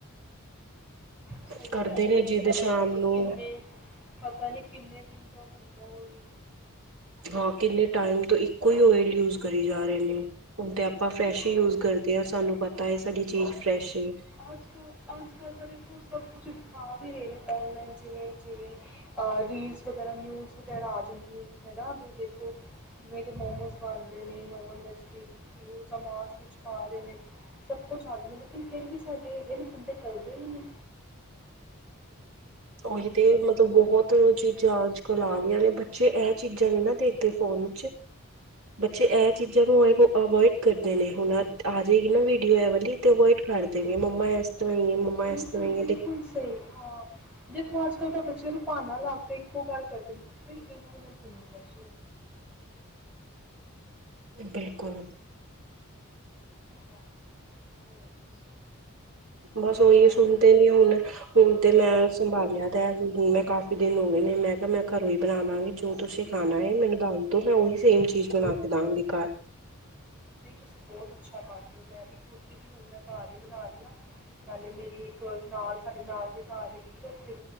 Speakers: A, in the centre; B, on the right.
A: ਸਹੀ
B: ਕਰਦੇ
A: ਕੈਅ ਰਹੇ
B: ਨੇ
A: ਹੋ ਤੁਸੀ
B: ਜਿੱਦ
A: ਪਤਾ
B: ਸ਼ਾਮ
A: ਨੀ ਕੀ
B: ਨੂੰ
A: ਕਿੰਨੇ ਪਤਾ ਨਹੀਂ ਕਿੰਨੇ ਦਿਨ ਦਾ ਹੁੰਦਾ ਉਹ ਈ,
B: ਹਾਂ ਕਿੰਨੇ ਟਾਈਮ ਤੋਂ ਇੱਕੋ ਹੀ ਓਇਲ ਯੂਜ ਕਰੀ ਜਾ ਰਹੇ ਨੇ, ਹੁਣ ਤੇ ਆਪਾਂ
A: ਬਿਲਕੁਲ
B: ਫਰੈਸ਼ ਹੀ
A: ਬਿਲਕੁਲ
B: ਯੂਜ ਕਰਦੇ ਹਾਂ ਸਾਨੂੰ ਪਤਾ ਹੈ ਸਾਡੀ ਚੀਜ਼ ਫਰੈਸ਼ ਏ।
A: ਅੱਜ ਕੱਲ੍ਹ, ਅੱਜ ਕੱਲ੍ਹ ਤਾਂ ਦੇਖੋ ਸਭ ਕੁਛ ਦਿਖਾ ਵੀ ਰਹੇ ਨੇ ਆਨਲਾਈਨ ਜਿਵੇਂ ਜਿਵੇਂ, ਅ ਰੀਲਸ ਵਗੈਰਾ ਨਿਊਜ਼ ਵਗੈਰਾ ਆ ਜਾਂਦੀ ਹੈਗੀ ਹਨਾ ਵੀ ਦੇਖੋ, ਕਿਵੇਂ ਦੇ ਮੋਮੋਸ ਬਣਦੇ ਨੇ <unintelligible> ਵਾਸ ਵਿੱਚ ਪਾ ਰਹੇ ਨੇ, ਸਭ ਕੁਛ ਆ ਜਾਂਦਾ ਲੇਕਿਨ ਫਿਰ ਵੀ ਸਾਡੇ ਹੈਗੇ ਨੇ ਬੰਦੇ ਕਰਦੇ ਹੀ ਨੇ,
B: ਓਹੀ ਤੇ ਮਤਲਬ ਬਹੁਤ ਚੀਜ਼ਾਂ ਅੱਜ ਕੱਲ੍ਹ ਆ ਗਿਆ ਬੱਚੇ ਇਹ ਚੀਜ਼ਾਂ ਨੇ ਨਾ ਦੇਖਦੇ ਫੋਨ, ਚ, ਬੱਚੇ
A: ਹਾਂਜੀ
B: ਇਹ ਚੀਜ਼ਾਂ ਨੂੰ
A: ਹਾਂਜੀ
B: ਅਵੋਇਡ ਕਰਦੇ ਨੇ ਹੁਣ ਆ ਜਾਏਗੀ ਨਾ ਵੀਡੀਓ ਐ ਵਲੀ ਅਵੋਇਡ ਕਰ ਦੇ ਨੇ ਮੰਮਾ
A: ਹਾਂ
B: ਇਸ ਤਰ੍ਹਾਂ ਹੀ ਹੈ ਮੰਮਾ ਇਸ
A: ਬਿਲ
B: ਤਰ੍ਹਾਂ ਹੀ
A: ਬਿਲਕੁਲ
B: ਹੈ
A: ਸਹੀ ਹਾਂ। ਦੇਖੋ ਅੱਜ ਕੱਲ ਤਾਂ ਬੱਚਿਆਂ ਨੂੰ ਭਾਣਾ ਲਾ ਕੇ ਇੱਕੋ ਗੱਲ ਕਰਦੇ ਵੀ ਏ ਆਈ ਨਾਲ ਬਣਿਆ ਦਾ। <inaudible>
B: ਬਿਲਕੁਲ
A: ਹਾਂਜੀ ਹੋਰ
B: ਬਸ ਓਹੀ
A: ਘਰ
B: ਸੁਣਦੇ
A: ਤੇ ਸਭ
B: ਨੀ
A: ਠੀਕ
B: ਹੁਣ ਹੁਣ ਤੇ ਮੈਂ ਸੰਭਾਲਿਆ ਤਾਂ ਮੈਂ ਕਾਫ਼ੀ ਦਿਨ ਹੋ ਗਏ ਨੇ ਮੈਂ ਕਿਹਾ ਮੈਂ
A: ਹੈ
B: ਘਰੋਂ ਹੀ ਬਣਾ ਲਵਾਂਗੀ ਜੋ ਤੁਸੀਂ ਖਾਣਾ ਹੈ ਮੈਨੂੰ ਦੱਸ ਦੋ ਮੈਂ ਉਹੀ
A: ਨਹੀਂ
B: ਸੇਮ
A: ਤੁਸੀਂ
B: ਚੀਜ਼ ਬਣਾ ਕੇ ਦਵਾਂਗੀ ਘਾਰ
A: ਹਾਂ, ਨਹੀਂ ਤੁਸੀਂ ਬਹੁਤ ਅੱਛਾ ਕਰ ਰਹੇ ਹੋ ਮੈਂ ਵੀ ਕੁੜਤੀ ਵੀ ਹੁਣ ਮੈਂ ਘਰ ਹੀ ਬਣਾ ਰਹੀ ਹਾਂ। ਨਾਲੇ ਮੇਰੀ ਇੱਕ ਨਾਲੇ ਸਾਡੇ ਨਾਲ ਦੇ ਘਰ ਹੈਗੀ ਉਥੇ